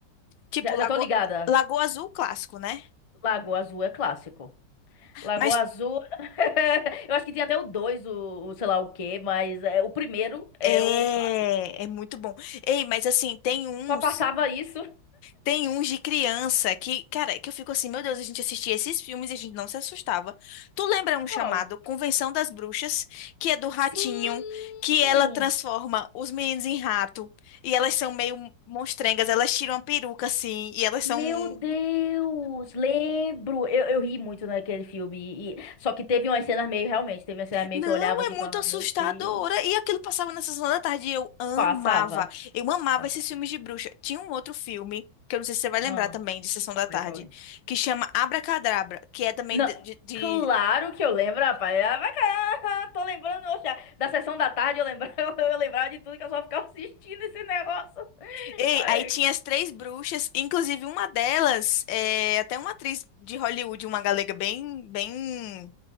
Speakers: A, on the left; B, on the left.
A: tipo
B: Já,
A: Lago...
B: já tô ligada.
A: Lagoa Azul clássico, né?
B: Lagoa Azul é clássico. Lagoa
A: Mas
B: Azul. <laughs> Eu acho que tinha até o dois, o, o sei lá o quê, mas é, o primeiro é
A: é,
B: o clássico.
A: é muito bom. Ei, mas assim, tem uns
B: Só passava isso.
A: Tem uns de criança que, cara, que eu fico assim, meu Deus, a gente assistia esses filmes e a gente não se assustava. Tu lembra um
B: Qual?
A: chamado Convenção das Bruxas, que é do ratinho,
B: Sim!
A: que ela transforma os meninos em rato, e elas são meio monstrengas, elas tiram a peruca assim, e elas
B: Meu
A: são. um
B: Deus, lembro. Eu, eu ri muito naquele filme. e- só que teve umas cenas meio, realmente, teve uma cena meio
A: Não,
B: que eu olhava assim
A: é
B: e
A: muito
B: falava,
A: assustadora.
B: meu Deus.
A: E aquilo passava na sessão da tarde e eu amava.
B: Passava.
A: Eu amava
B: Passava.
A: esses filmes de bruxa. Tinha um outro filme. Que eu não sei se você vai lembrar
B: Ah,
A: também, de Sessão da
B: qual
A: Tarde,
B: é, qual é?
A: que chama Abracadabra, que é também
B: Não,
A: de, de- de
B: claro que eu lembro, rapaz. Ah, vai cá, <laughs> Tô lembrando, oxa, da sessão da tarde eu lembrava, <laughs> eu lembrava de tudo que eu só ficava assistindo esse negócio.
A: Ei,
B: Ai,
A: aí tinha as três bruxas, inclusive uma delas, é, até uma atriz de Hollywood, uma galega bem, bem,